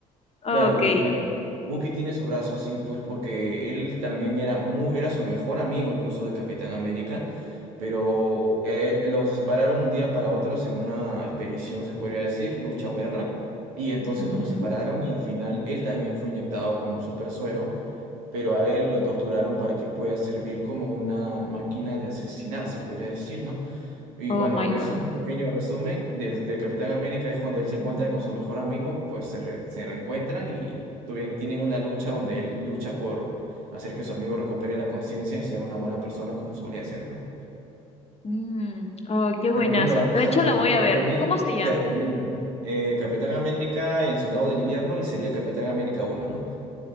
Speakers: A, on the left; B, on the right.
A: okay
B: Claro, y bueno, Bucky tiene su brazo así, pues porque él también era, mu- era su mejor amigo, incluso de Capitán América. pero eh, los separaron un día para otros en una expedición, se podría decir, lucha o guerra, y entonces
A: Ujú.
B: los separaron y al final él también fue inyectado con un super suero, pero a él lo torturaron para que pueda servir como una máquina de asesinar, se podría decir, ¿no? Y
A: Oh,
B: bueno,
A: my
B: eso
A: God.
B: es un pequeño resumen. Desde Capitán América es cuando él se encuentra con su mejor amigo, y pues se, re- se reencuentran y tuvien- tienen una lucha donde él lucha por hacer que su amigo recupere la conciencia y sea una buena persona como solía ser, ¿no?
A: Mm, oh, qué buenaza.
B: Pero bueno, Alessandra,
A: De hecho, la voy
B: te
A: a
B: recomiendo,
A: ver. ¿Cómo se llama?
B: te recomiendo eh, Capitán América, El Soldado del Invierno y sería Capitán América uno ¿no?